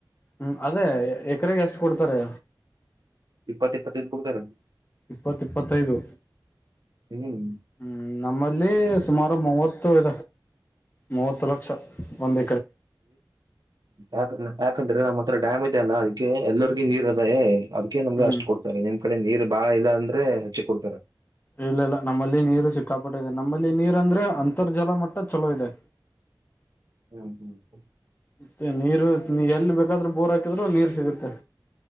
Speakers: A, on the left; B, on the right.
A: ಹ್ಮ್ ಅದೇ ಎಕರೆಗೆ ಎಷ್ಟು ಕೊಡ್ತಾರೆ
B: ಇಪ್ಪತ್ತ ಇಪ್ಪತ್ತೈದು ಹಡ್ತಾರ
A: ಇಪ್ಪತ್ ಇಪ್ಪತ್ತೈದು
B: ಹ್ಮ್
A: ಹ್ಮ ನಮ್ಮಲ್ಲಿ ಸುಮಾರು ಮೂವತ್ತು ಇ ಮೂವತ್ತು ಲಕ್ಷ ಒಂದ
B: ಆ ಆ ಯಾಕಂದ್ರೆ ನಮ್ಮ ಹತ್ರ ಡ್ಯಾಮ್ ಇದೆ ಅಲ್ಲ ಅದಕ್ಕೆ ಎಲ್ಲರಿಗ ನೀರ್ ಅದೇ ಅದಕ ನಮಗೆ
A: ಹ್ಮ್
B: ಅಷ್ಟ ಕೊಡ್ತಾರೆ ನೀನ್ ಆ ಕಡೆ ನೀರು ಬಾಳ ಇಲ್ಲಾ ಅಂದ್ರೆ ಹೆಚ್ಚಿ ಕೊಡ್ತಾರ.
A: ಎ ಇಲ್ಲ ಇಲ್ಲ ನಮ್ಮಲ್ಲಿ ನೀರು ಸಿಕ್ಕಾಪಟ್ಟ ಇದೆ ನಮ್ಮಲ್ಲಿ ನೀರ್ ಅಂದ್ರೆ ಅಂತರ್ಜಲ ಮಟ್ಟ ಚಲೋ ಇದೆ.
B: ಹ್ಮ ಹ
A: ಮತ್ತೆ ನೀರು ಎಲ್ಲಿ ಬೇಕಾದ್ರೂ ಬೋರ್ ಹಾಕಿದ್ರು ನೀರ್ ಸಿಗುತ್ತೆ